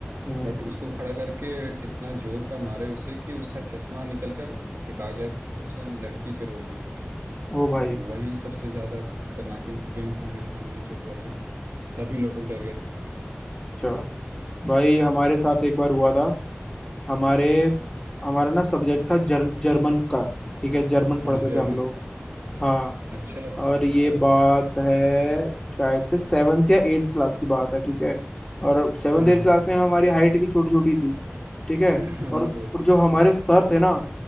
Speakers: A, on the left; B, on the right.
A: हम्म
B: बट उसको खड़ा करके इतना जोर का मारे उसे कि उसका चश्मा निकल कर फेंका गया कम से कम लड़की के रो में
A: ओ भाई
B: तो वही सबसे ज्यादा खतरनाक इंसिडेंट था मेरे सामने जो हुआ था सभी लोग डर गए
A: अच्छा भाई हमारे साथ एक बार हुआ था हमारे हमारा ना सब्जेक्ट
B: थे।
A: था जर, जर्मन का ठीक है जर्मन
B: हाँ
A: पढ़ते
B: जर्मन
A: थे हम लोग हाँ
B: अच्छा
A: और ये
B: ओ
A: बात है शायद से सेवन्थ या एट्थ क्लास की बात है ठीक है और सेवन्थ
B: हाँ
A: एट्थ
B: हाँ
A: क्लास में हमारी हाइट भी छोटी छोटी थी ठीक है
B: <laughs> हाँ,
A: और
B: वो
A: और
B: भी
A: जो
B: है
A: हमारे सर थे ना